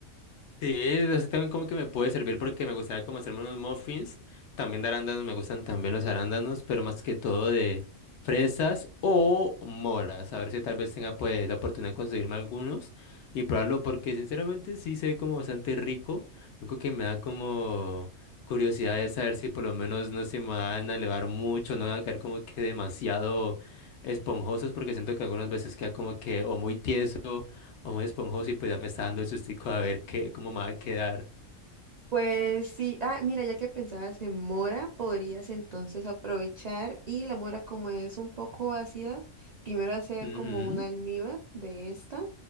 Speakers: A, on the left (about 65°); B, on the right (about 60°).
A: Sí, así también como que me puede servir porque me gustaría como hacerme unos muffins, también de arándanos, me gustan también los arándanos, pero más que todo de fresas o moras, a ver si tal vez tenga pues la oportunidad de conseguirme algunos y probarlo porque sinceramente sí se ve como bastante rico, lo único que me da como curiosidad es saber si por lo menos no se me van a elevar mucho, no van a quedar como que demasiado esponjosos porque siento que algunas veces queda como que o muy tieso o muy esponjoso y pues ya me está dando el sustico a ver qué, cómo me va a quedar.
B: Pues sí, ah, mira, ya que pensabas en mora, podrías entonces aprovechar y la mora como es un poco ácida, primero hacer como
A: Ujú,
B: un almíbar de esta